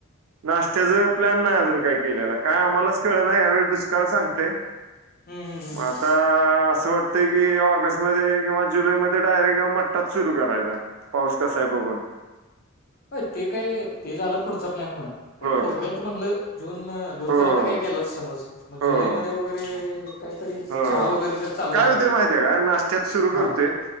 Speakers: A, on the right; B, on the left.
A: नाश्त्याच प्लॅन नाही अजून काही. केलेला. काय आम्हालाच कळना यावेळी दुष्काळ सांगतय-
B: हम्म हम्म हम्म
A: मग आता- असं वाट... ते की ऑगस्टमध्ये किंवा जुलैमध्ये- डायरेक्ट म मठ्ठाच सुरू करायचा पाऊस कसा आहे बघून
B: हो ते काय, ते झालं पुढचं प्लॅन म पण
A: हो
B: तोपर्यंत म्हणल जून, जून
A: हो
B: तर आता काय गेलाच समज मग
A: हो
B: जुलै मध्ये वगैरे काहीतरी
A: हो हो.
B: चहा वगैरे तर चालू
A: काय
B: करायचा
A: होतंय
B: मग
A: माहतीय आहे का नाश्त्यात सुरू करतोय
B: हा